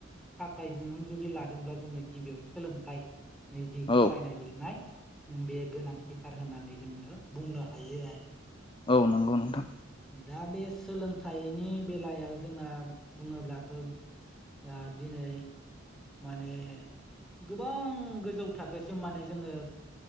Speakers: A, in the centre; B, on the left.
A: थाखाय नों जुदि लादोंब्ला जोंनो गिबियाव सोलोंथाइ जि
B: औ
A: फरायनाय लिरनाय बेयो गोनांथिथार होननानै जोङो बुंनो हायो आरो
B: औ नंगौ नोंथां।
A: दा बे सोलोंथाइनि बेलायाव जोङो बुङोब्लाथ' ओ दिनै माने गोबां गोजौ थाखोसिम माने जोङो